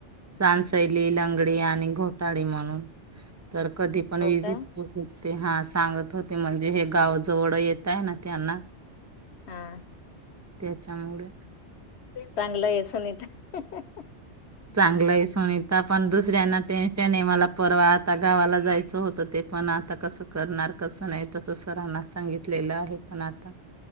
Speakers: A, on the right; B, on the left.
A: चानस. सैली लंगडी आणि घोटाळी म्हणून तर कधी पण विजिट.
B: का
A: ते हा सांगत होते, म्हणजे हे गावजवळ येत आहे, ना त्यांना.
B: हा.
A: त्याच्यामुळे.
B: चांगलं आहे सुनीता ह ह ह.
A: चांगलंय सुनीता पण दुसऱ्यांना टेन्शन आहे मला परवात आता गावाला जायचं होतं ते पण आता कसं करणार कसं नाही तसं सरांना सांगितलेलं आहे त्यांता